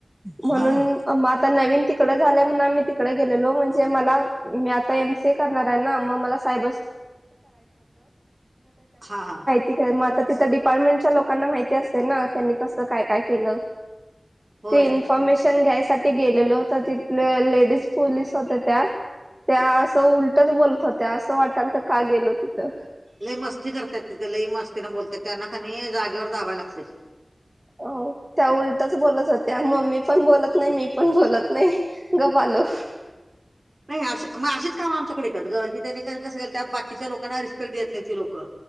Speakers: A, on the right; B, on the right.
A: म्हणून
B: हा हा
A: म नन तिक आम्ही तिक गेलो म्हणजे म मी आतामी करणार आहे
B: हा हा
A: <inaudible> तिथं डिपार्टमेंटच्या लोकांना माहिती असते ना त्यांनी कस काय काय केलं
B: होय
A: ते इन्फॉर्मेशन घ्यायसाठी गेलेल होत तिथ लेडीज पोलीस होत त्या त्या असं उलटच बोलत होत असं वाटाल तर का गेलो तिथं
B: लई मस्ती करतात तिथे लई मस्तीने बोलतात त्यांना कनी जागेवर जाव लागते
A: अ त्या उलटच बोलला जात त्या मम्मी पण बोलत नाही मी पण बोलत नाही गवालो
B: नाही अ मग अशीच काम आमच्याकडे येतात गरजीनी कस त्यात बाकीच्या लोकांना रिस्पेक्ट देत नाही ती लोकं